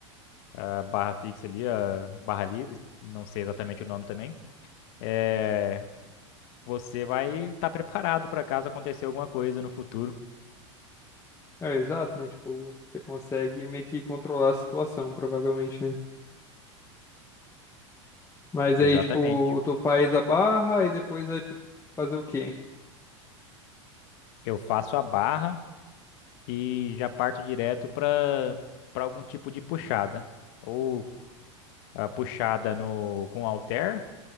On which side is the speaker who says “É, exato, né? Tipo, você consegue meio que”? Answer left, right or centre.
Left